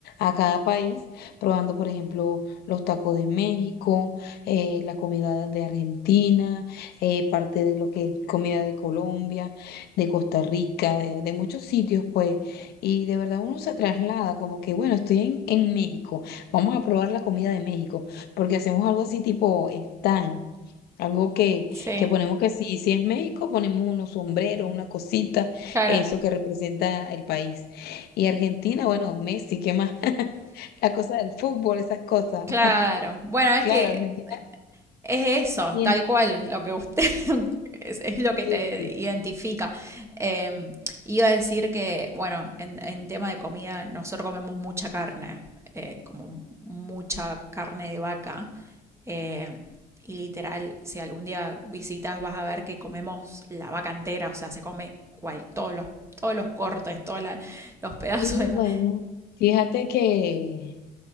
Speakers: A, on the left; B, on the right.
A: A cada país, probando, por ejemplo, los tacos de México, eh, la comida de Argentina, eh, parte de lo que es comida de Colombia de Costa Rica, de, de muchos sitios, pues, y de verdad uno se traslada como que, bueno, estoy en, en México, vamos a probar la comida de México, porque hacemos algo así tipo stand, algo que,
B: Sí,
A: que ponemos que si, si es México, ponemos unos sombreros, una cosita,
B: claro,
A: eso que representa el país. Y Argentina, bueno, Messi, ¿qué más? <laughs> La cosa del fútbol, esas cosas.
B: claro.
A: <laughs>
B: Bueno, es
A: Claro,
B: que
A: Argentina
B: es eso,
A: tiene,
B: tal cual, lo que usted <laughs> es, es lo que
A: sí,
B: te
A: sí.
B: identifica. Eh, iba a decir que, bueno, en, en tema de comida, nosotros comemos mucha carne, eh, como mucha carne de vaca. eh, y literal, si algún día visitas, vas a ver que comemos la vaca entera, o sea, se come cual, todos los, todos los cortes, todos la- los pedazos
A: Y
B: de la.
A: bueno, fíjate que...